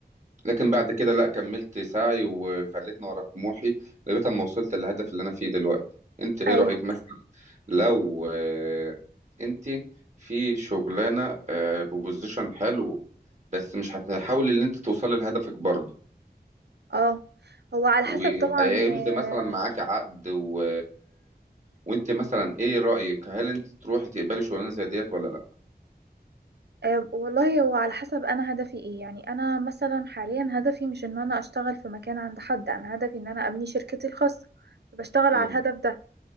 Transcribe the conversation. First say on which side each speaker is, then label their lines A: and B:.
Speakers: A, on the right (about 45°); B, on the right (about 75°).
A: لكن بعد كده لا كملت سعي وخلتني ورا طموحي لغاية ما وصلت للهدف اللي أنا فيه دلوقتي أنت إيه
B: أيوه
A: رأيك مثلا لو آه، أنت في شغلانة آه، ببوزيشن حلو بس مش هتحاولي ان انت توصلي لهدفك برضه
B: أه هو على
A: وهيمضي
B: حسب طبعا آه،
A: مثلا معاك عقد و... وانت مثلا ايه رأيك هل انت تروحي تقبلي شغلانه زي ديت ولا لا
B: أه، والله هو على حسب انا هدفي ايه يعني انا مثلا حاليا هدفي مش ان انا اشتغل في مكان عند حد انا هدفي ان انا ابني شركتي الخاصة بشتغل
A: امم
B: على الهدف ده